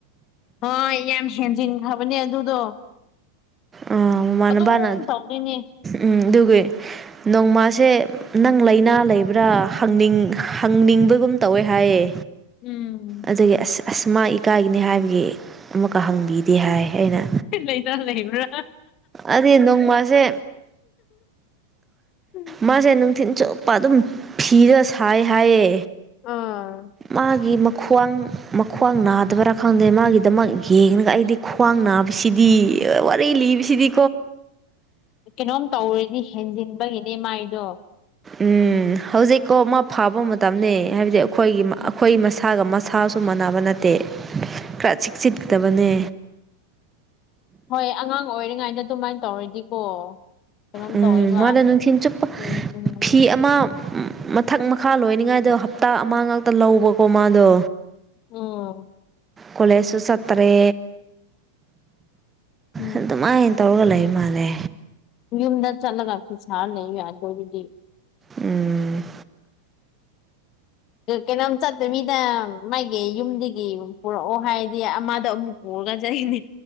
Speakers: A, on the left (about 35°); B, on the right (about 15°).
A: ꯑ ꯌꯥꯝ ꯍꯦꯟꯖꯤꯟꯈ꯭ꯔꯕꯅꯦ ꯑꯗꯨꯗꯣ
B: ꯑ ꯃꯅꯕꯅ
A: ꯑꯗꯨꯝ ꯇꯧꯗꯣꯏꯅꯦ
B: ꯎꯝ ꯑꯗꯨꯒꯒꯤ ꯅꯣꯡꯃꯥꯁꯦ ꯅꯪ ꯂꯥꯏꯅꯥ ꯂꯩꯕ꯭ꯔꯥꯪꯅꯤꯡ ꯍꯪꯅꯤꯡꯕꯒꯨꯝ ꯀꯨꯝ ꯇꯧꯋꯦ ꯍꯥꯏꯌꯦ
A: ꯎꯝ
B: ꯑꯗꯨꯒꯤ ꯑꯁ ꯑꯁ ꯃꯥ ꯏꯀꯥꯏꯒꯅꯤ ꯍꯥꯏꯕꯒꯤ ꯑꯃꯨꯛꯀ ꯍꯪꯕꯤꯗꯦ ꯍꯥꯏ ꯑꯩꯅ
A: ꯂꯩꯅꯥ ꯂꯩꯕ꯭ꯔꯥ
B: ꯑꯗꯨꯗꯤ ꯅꯣꯡꯃꯁꯦ
A: ꯎꯝ
B: ꯃꯥꯁꯦ ꯅꯨꯡꯊꯤꯤꯟ ꯆꯨꯞꯄ ꯑꯗꯨꯝ ꯐꯤꯔ ꯁꯥꯏ ꯍꯥꯏꯌꯦ
A: ꯑꯥ
B: ꯃꯥꯒꯤ ꯃ ꯈ꯭ꯋꯥꯡ ꯃꯈ꯭ꯋꯥꯡ ꯅꯥꯗꯕꯔꯥ ꯈꯪꯗꯦ ꯃꯥꯒꯤꯗꯃꯛ ꯌꯦꯡꯉꯒ ꯑꯩꯗꯤ ꯈ꯭ꯋꯥꯡ ꯅꯥꯕꯁꯤꯗꯤ ꯋꯥꯔꯤ ꯂꯤꯞꯁꯤꯗꯤ
A: ꯀꯩꯅꯣꯝ ꯇꯧꯔꯗꯤ ꯍꯦꯟꯖꯤꯟꯕꯒꯤꯅꯦ ꯃꯥꯏꯗꯣ
B: ꯎꯝ ꯍꯧꯖꯤꯛꯀꯣ ꯑꯃ ꯐꯥꯕ ꯃꯇꯝꯅꯤ ꯍꯥꯏꯕꯗꯤ ꯑꯩꯈꯣꯏꯒꯤ
A: ꯎꯝ
B: ꯑꯩꯈꯣꯏ ꯃꯁꯥꯒ ꯃ ꯁꯥꯁꯨ ꯃꯥꯟꯅꯕ ꯅꯠꯇꯦ ꯈꯔ ꯆꯤꯛ ꯆꯤꯠꯗꯕꯅꯦ
A: ꯍꯣꯏ ꯑꯉꯥꯡ ꯑꯣꯏꯔꯤꯉꯩꯗ ꯑꯗꯨꯃꯥꯏꯅ ꯇꯧꯔꯗꯤꯀꯣ ꯀꯩꯅꯣꯝ
B: ꯎꯝ
A: ꯇꯧꯋꯦꯕ
B: ꯃꯥꯅ ꯅꯨꯡꯊꯤꯜ ꯆꯨꯞꯄ
A: ꯎꯝ
B: ꯐꯤ ꯑꯃ ꯃꯊꯛ ꯃꯈꯥ ꯂꯣꯏꯅꯤꯡꯉꯥꯏꯗꯣ ꯍꯞꯇꯥ ꯑꯃ ꯉꯥꯛꯇ ꯂꯧꯕꯀꯣ ꯃꯥꯗꯣ
A: ꯑꯣ
B: ꯀꯂꯦꯖꯁꯨ ꯁꯥꯇ꯭ꯔꯦ
A: ꯎꯝ
B: ꯑꯗꯨ ꯑꯗꯨꯃꯥꯏ ꯇꯧꯔꯒ ꯂꯩ ꯃꯥꯜꯂꯦ
A: ꯌꯨꯝꯗ ꯆꯠꯂꯒ ꯐ ꯁꯥꯔ ꯂꯩꯕ ꯌꯥꯏ ꯑꯗꯨꯣ ꯑꯗꯨꯗꯤ
B: ꯎꯝ
A: ꯀꯩꯅꯣꯝ ꯆꯠꯇꯣꯏ ꯃꯤꯅ ꯃꯥꯒꯤ ꯌꯨꯝꯗꯒꯤ ꯄꯨꯔꯛꯑꯣ ꯍꯥꯏꯔꯗꯤ ꯑꯃꯗ ꯑꯃꯨꯛ ꯄꯨꯔꯛꯑꯣ ꯄꯨꯔꯅꯤ